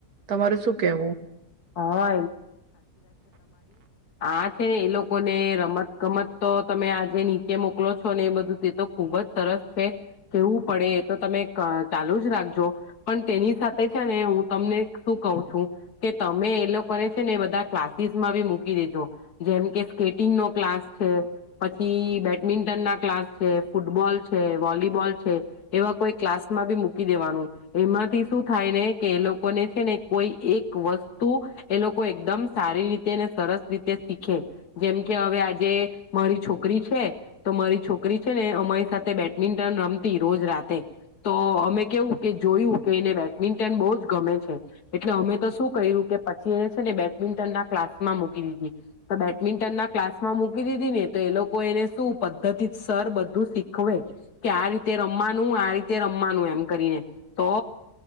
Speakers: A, on the right; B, on the left.
A: તમારું શું કેવું?
B: હા હા તે એ લોક લોકોને રમત ગમત તો તમે આ ની નીચે મોકલો છો ને એ બધું તે તો ખુબ જ સરસ છે. કેવું પડે એ તો તમે ક ચાલુ જ રાખજો પણ તેની સાથે છે ને હું તમને શું કઉ છું કે તમે એ લોકોને છે ને બધા ક્લાસીસમાં બી મૂકી દેજો જેમ કે સ્કેટિંગનો ક્લાસ છે, પછી બેડમિન્ટન ના ક્લાસ છે, ફૂટબોલ છે, વોલીબોલ છે, એવા કોઈ ક્લાસમાં બી મૂકી દેવાનું, એમાંથી શું થાય રે કે એ લોકોને છે ને કોઈ એક વસ્તુ એ લોકો એકદમ સારી રીતે, ને સરસ રીતે શીખે જેમ કે હવે આજે મારી છોકરી છે, તો મારી છોકરી છે ને અમારી સાથે બેડમિન્ટન રમતી રોજ રાતે, તો અમે કેવું કે જોયું કે એને બેડમિન્ટન બહુ જ ગમે છે એટલે અમે તો શું કર્યું કે પછી એને છે ને બેડમિન્ટન ના ક્લાસમાં મૂકી દીધી, તો બેડમિન્ટન ના ક્લાસમાં મૂકી દીધી ને તો એ લોકો એને શું પદ્ધતિ સર બધું શીખવે જ, કે આ રીતે રમવાનું, આ રીતે રમવાનું એમ કરીને, તો